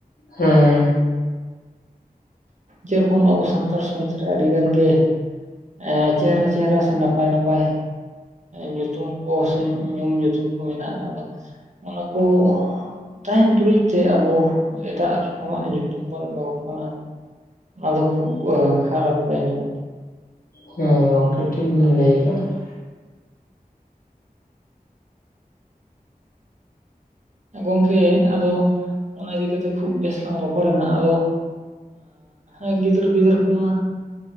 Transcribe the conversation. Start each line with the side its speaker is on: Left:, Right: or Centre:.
Left: ᱦᱮᱸ ᱦᱮᱸ
Right: ᱡᱮᱨᱚᱠᱚᱢ ᱟᱵᱚ ᱥᱟᱱᱛᱟᱲ ᱥᱚᱢᱟᱡᱽ ᱨᱮ ᱟᱹᱰᱤ ᱜᱟᱱ ᱜᱮ ᱮ ᱪᱮᱦᱨᱟ, ᱪᱮᱦᱨᱟ ᱥᱮ ᱱᱟᱯᱟᱭ, ᱱᱟᱯᱟᱭ ᱧᱩᱛᱩᱢ ᱠᱚ ᱥᱮ ᱧᱩᱢ ᱧᱩᱛᱩᱢ ᱠᱚ ᱢᱮᱱᱟᱜᱼᱟ ᱟᱫᱚ ᱚᱱᱟ ᱠᱚ ᱛᱟᱦᱮᱱ ᱛᱩᱞᱩᱡ ᱛᱮ ᱟᱵᱚ ᱮᱴᱟᱜ ᱟᱜ ᱠᱚᱢᱟ ᱧᱩᱛᱩᱢ ᱵᱚᱱ ᱮᱢᱟ ᱠᱚ ᱠᱟᱱᱟ ᱱᱟ ᱫᱚ ᱠᱷᱩᱵ ᱠᱷᱟᱨᱟᱯ ᱜᱮ ᱧᱚᱜ
Left: ᱦᱮᱸ ᱜᱚᱝᱠᱮ ᱴᱷᱤᱠ ᱵᱤᱱ ᱞᱟᱹᱭ ᱠᱟᱜᱼᱟ ᱾
Right: ᱜᱚᱝᱠᱮ ᱟᱫᱚ ᱚᱱᱟ ᱤᱫᱤ ᱠᱟᱛᱮ ᱠᱷᱩᱵ ᱵᱮᱥᱞᱟᱝ ᱨᱚᱯᱚᱲᱱᱟ ᱟᱫᱚ ᱮ ᱜᱤᱫᱟᱹᱨ ᱯᱤᱫᱟᱹᱨ ᱠᱚᱢᱟ